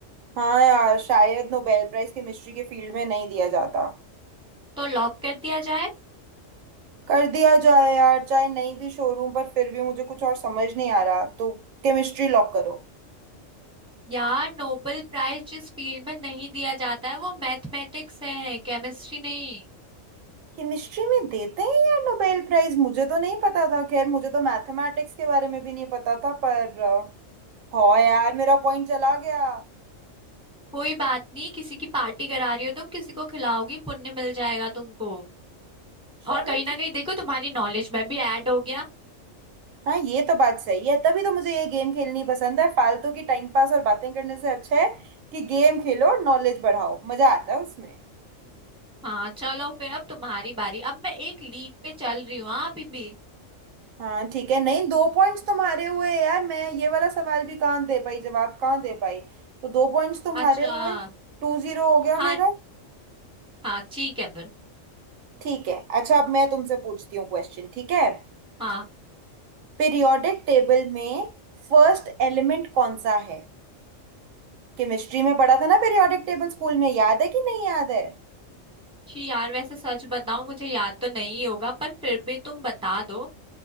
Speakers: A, on the right; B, in the centre.
A: हाँ यार शायद नोबेल प्राइज केमिस्ट्री के फील्ड में नहीं दिया जाता
B: तो लॉक कर दिया जाए
A: कर दिया जाए यार चाहे नहीं भी शोरूम पर फिर भी मुझे कुछ और समझ नहीं आ रहा तो केमिस्ट्री लॉक करो
B: यार नोबेल प्राइज जिस फील्ड में नहीं दिया जाता है वो मैथमेटिक्स है केमिस्ट्री नहीं
A: केमिस्ट्री में देते हैं यार नोबेल प्राइज मुझे तो नहीं पता था खैर मुझे तो मैथमेटिक्स के बारे में भी नहीं पता था पर अ, हो यार मेरा पॉइंट चला गया
B: कोई बात नहीं किसी की पार्टी करा रही हो तुम किसी को खिलाओगी पुण्य मिल जाएगा तुमको
A: चलो
B: और कहीं ना
A: ठीक
B: कहीं देखो तुम्हारी नॉलेज में भी ऐड हो गया
A: हाँ ये तो बात सही है तभी तो मुझे ये गेम खेलनी पसंद है फालतू की टाइम पास और बातें करने से अच्छा है कि गेम खेलो और नॉलेज बढ़ाओ मजा आता है उसमें
B: हाँ चलो फिर अब तुम्हारी बारी अब मैं एक लीड पे चल रही हूँ हाँ अभी भी
A: हाँ ठीक है नहीं दो पॉइंट्स तुम्हारे हुए यार मैं ये वाला सवाल भी कहाँ दे पाई जवाब कहाँ दे पाई तो दो पॉइंट्स तुम्हारे
B: अच्छा
A: हुए टू जीरो हो गया
B: हाँ
A: मेरा
B: हाँ ठीक है फिर
A: ठीक है अच्छा अब मैं तुमसे पूछती हूँ क्वेश्चन ठीक है
B: हाँ
A: पीरियोडिक टेबल में फर्स्ट एलिमेंट कौन सा है केमिस्ट्री में पढ़ा था ना पीरियोडिक टेबल स्कूल में याद है कि नहीं याद है
B: जी यार वैसे सच बताऊं मुझे याद तो नहीं होगा पर फिर भी तुम बता दो